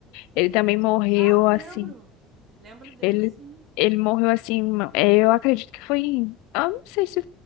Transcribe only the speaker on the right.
Ah, eu
lembro! Lembro dele,
sim.